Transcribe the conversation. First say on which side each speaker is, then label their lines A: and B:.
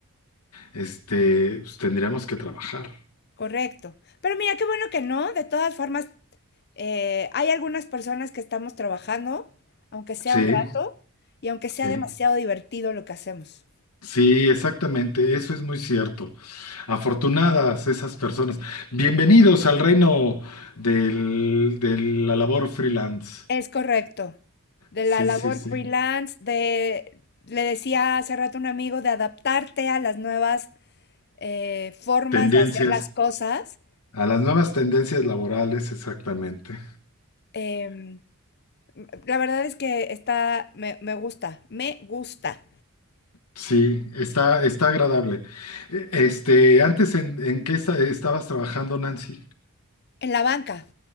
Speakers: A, on the left; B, on the left.
A: este, pues tendríamos que trabajar.
B: Correcto. Pero mira, qué bueno que no, de todas formas, Eh, hay algunas personas que estamos trabajando, aunque sea
A: Sí,
B: un rato, y aunque sea
A: sí.
B: demasiado divertido lo que hacemos.
A: Sí, exactamente, eso es muy cierto. Afortunadas esas personas. Bienvenidos al reino del- de la labor freelance.
B: Es correcto. De
A: Sí,
B: la labor
A: sí, sí.
B: freelance, de, le decía hace rato a un amigo, de adaptarte a las nuevas eh, formas
A: Tendencias,
B: de hacer las cosas.
A: a las nuevas tendencias laborales, exactamente.
B: Em, la verdad es que está, me, me gusta, me gusta.
A: Sí, está, está agradable. E- Este, antes en, en qué esta- estabas trabajando, Nancy?
B: En la banca,